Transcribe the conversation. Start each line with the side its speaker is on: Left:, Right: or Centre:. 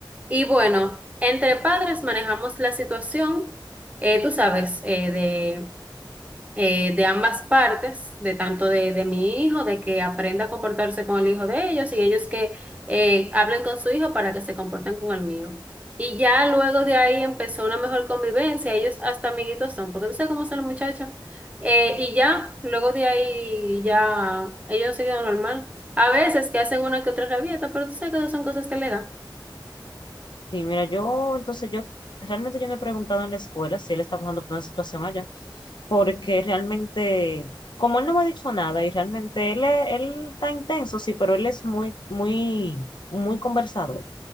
Right: Y bueno, entre padres manejamos la situación, eh, tú sabes, eh, eh, de ambas partes, de tanto de, de mi hijo, de que aprenda a comportarse con el hijo de ellos y ellos que eh, hablen con su hijo para que se comporten con el mío. Y ya luego de ahí empezó una mejor convivencia, ellos hasta amiguitos son, porque tú sabes cómo son los muchachos. Eh, y ya, luego de ahí ya ellos siguen normal. A veces que hacen una que otra rabieta, pero tú sabes que esas son cosas que le dan.
Left: Sí, mira, yo entonces yo realmente yo no he preguntado en la escuela si él está pasando por una situación allá, porque realmente, como él no me ha dicho nada y realmente él, es- él está intenso, sí, pero él es muy, muy, muy conversador